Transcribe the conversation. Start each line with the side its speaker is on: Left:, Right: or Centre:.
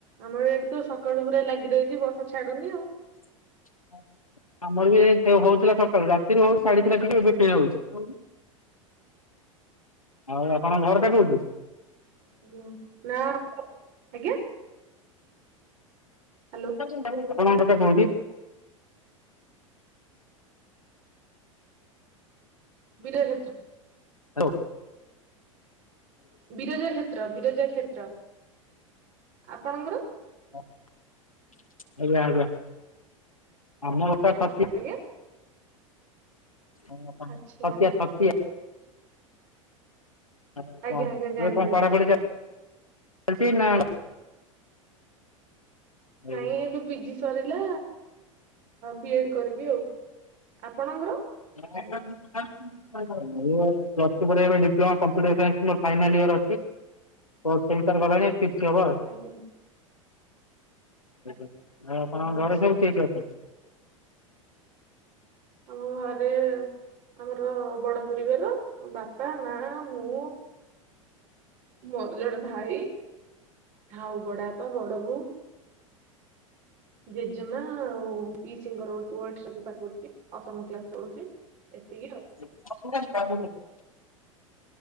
Right: ଆମର ଏଇଠି ତ ସକାଳୁ ପୁରା ଲାଗି ରହିଚି, ବର୍ଷା ଛାଡୁନି ଆଉ।
Left: <inaudible> ଆମର ଏଇ ବି ହଉଥିଲା ସକାଳୁ ରାତିରୁ ହଉଚି ଛାଡିଥିଲା ଟିକେ ଏବେ ପୁଣି ହଉଚି। ଆଉ ଆପଣ ଘରଟା କୋଉଠି?
Right: ଆଜ୍ଞା ନା ଆଜ୍ଞା। ହ୍ୟାଲୋ
Left: ଆପଣଙ୍କା ଘରଟା କଉଠି?
Right: ବୀର କ୍ଷେତ୍ର।
Left: ହାଲୋ।
Right: ବିରଜା କ୍ଷେତ୍ର, ବିରଜା କ୍ଷେତ୍ର ଆପଣଙ୍କର?
Left: ଆଜ୍ଞା, ଆଜ୍ଞା, ଆମ ଘରଟା ଛତିଶ
Right: ଆଜ୍ଞା?
Left: ଓ ହ
Right: ଆଚ୍ଛା
Left: ଛତିଆ, ଛାତିଆ। ଆଉ
Right: ଆଜ୍ଞା
Left: କଣ
Right: ଆଜ୍ଞା ଜାଣିପାରିଲି
Left: ଇଏ କଣ ପଢାପଢି ଚାଲି ଚି ନା? ନା
Right: ନାଇଁ ଏବେ ପିଜି ସରିଲା ବିଏଡ କରିବି ଆଉ ଆପଣଙ୍କର?
Left: <unintelligible> ଏ ପ୍ଲସ ଟୁ ପଢ଼ିବା ପାଇଁ ଡିପ୍ଲୋମା କମ୍ପୁଟର ସାଇନ୍ସ ମୋର ଫାଇନାଲ ଇଅର ଅଛି। ଫୋର୍ ସେମୀ ଷ୍ଟାର୍ ଗଲାଣି। ଫିପତ ହବ।
Right: ଆଜ୍ଞା
Left: ଆଜ୍ଞା ଆଉ ଆପଣଙ୍କ
Right: ଆଚ୍ଛା।
Left: ଘରେ ସବୁ କିଏ କିଏ ଅଛନ୍ତି?
Right: ଆମ ଘରେ ଆମର ବଡ ପରିବାର। ବାପା ମା ମୁଁ ମୋର ଜଣେ ଭାଇ ହଉ ବଡବାପା ବଡବୋଉ ଜେଜେମା। ପିସିଙ୍କ ଗୋଟେ ପୁଅ ଏଠି ରହିକି ପାଠ ପଡୁଚି ଅଷ୍ଟମ କ୍ଲାସ ପଢୁଚି ଏତିକି ଆଉ।
Left: <unintelligible>